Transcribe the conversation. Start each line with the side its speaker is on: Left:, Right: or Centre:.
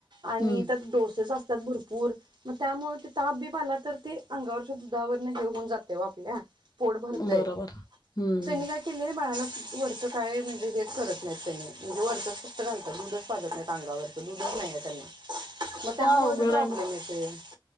Right: आणि
Left: हम्म
Right: त्यात डोसेस असतात भरपूर मग त्यामुळे ताप बी पाला तर ते अंगावरच्या दुधावरून हेऊन जाते व आपल्या पोट भरतय
Left: बरोबर हम्म
Right: तेघा के नाही बाळाला वरचं काय म्हणजे हेच करत नाहीत त्यांनी म्हणजे वरचंच फक्त घालतात दूधच पाजत नाहीत अंगावर नूडल्स नाही आहे त्यांनी मग त्यामुळे
Left: अवघड
Right: ते प्रॉब्लेम
Left: आहे मग
Right: येत